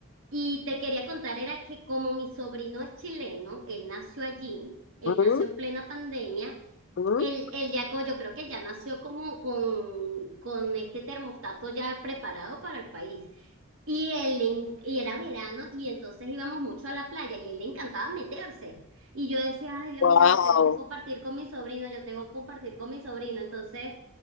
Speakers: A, on the right; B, on the left.
A: Y te quería contar, era que como mi sobrino es chileno, él nació allí, él
B: Mm,
A: nació en plena pandemia,
B: mm.
A: él, él ya, co- yo creo que ya nació como con, con este termostato ya preparado para el país. Y él le en- y era verano y entonces íbamos mucho a la playa y él le encantaba meterse. Y yo decía, ay, Dios
B: Wow,
A: mío, yo tengo que compartir con mi sobrino, yo tengo que compartir con mi sobrino. Entonces,